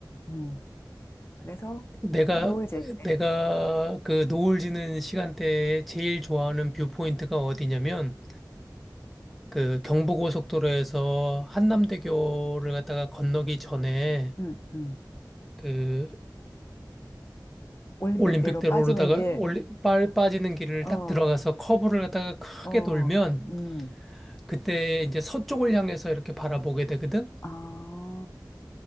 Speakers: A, on the left; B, in the centre.
A: 음, 그래서
B: 내가,
A: 어, 노을 질 때.
B: 내가 그 노을 지는 시간대에 제일 좋아하는 뷰포인트가 어디냐면, 그 경부고속도로에서 한남대교를 갔다가 건너기 전에,
A: 응, 응.
B: 그
A: 올림픽대로
B: 올림픽대로
A: 빠지는
B: 오르다가
A: 길.
B: 올리, 빠, 빠지는 길을
A: 어,
B: 딱 들어가서 커브를 갖다가 크게
A: 어,
B: 돌면
A: 음.
B: 그때 이제 서쪽을 향해서 이렇게 바라보게 되거든.
A: 아,